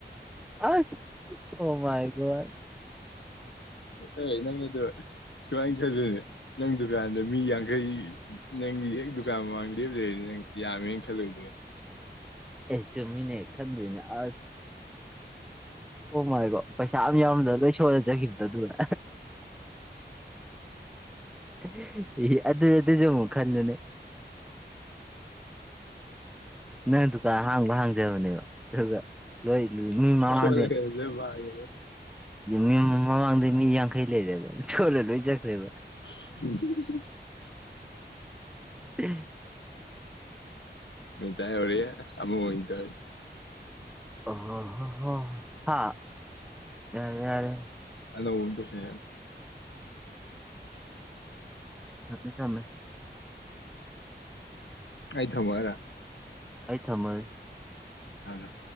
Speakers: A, in the centre; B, on the left.
A: ꯑꯁ ꯑꯣ ꯃꯥꯏꯒꯣꯜ
B: ꯑꯦ ꯅꯪ ꯑꯗꯣ ꯁꯨꯃꯥꯏꯅ ꯈꯜꯂꯅꯦ ꯅꯪ ꯗꯨꯀꯥꯟꯗ ꯃꯤ ꯌꯥꯡꯈꯩ ꯅꯪꯒꯤ ꯍꯦꯛ ꯗꯨꯀꯥꯟ ꯃꯃꯥꯡꯗ ꯂꯩꯔꯤꯅꯦ ꯌꯥꯝꯃꯦꯅ ꯈꯜꯂꯨꯏꯗ
A: ꯑꯦ ꯆꯨꯝꯃꯤꯅꯦ ꯈꯟꯗꯣꯏꯅꯦ ꯑꯁ ꯑꯣꯃꯥꯏꯕꯣ ꯄꯩꯁꯥ ꯑꯝ ꯌꯥꯎꯔꯝꯗꯅ ꯂꯣꯏ ꯁꯣꯏꯂꯖꯈꯤꯕꯗꯣ ꯑꯗꯨꯅ ꯎꯝ ꯏ ꯑꯗꯨ ꯑꯗꯨꯁꯨ ꯑꯃꯨꯛ ꯈꯜꯂꯨꯅꯦ ꯅꯪ ꯗꯨꯀꯥꯟ ꯍꯥꯡꯕ ꯍꯥꯡꯖꯕꯅꯦꯕ ꯑꯗꯨꯒ ꯂꯣꯏ ꯂꯨ ꯃꯤ ꯃꯃꯥꯡꯅꯦꯦ
B: ꯁꯣꯠꯂꯒ ꯂꯣꯏ ꯃꯥꯡꯉꯦ
A: ꯃꯤ ꯃꯃꯥꯡꯗꯩ ꯃꯤ ꯌꯥꯡꯈꯩ ꯂꯩꯔꯦꯕ ꯁꯣꯜꯂ ꯂꯣꯏ ꯆꯠꯈ꯭ꯔꯦꯕ
B: <unintelligible>
A: ꯎ
B: ꯃꯤ ꯇꯦ ꯑꯣꯔꯤ ꯑꯃꯨ ꯑꯣꯏꯗ
A: ꯑꯣ ꯍꯣ ꯍꯣ ꯍ ꯌꯥꯔꯦ ꯌꯥꯔꯦ
B: ꯂꯧ ꯗꯁ
A: ꯁꯝꯃꯦ ꯁꯝꯃꯦꯃꯦ
B: ꯑꯗ ꯊꯝꯕꯔ
A: ꯑꯩ ꯊꯝꯃꯣꯏ
B: ꯍꯅ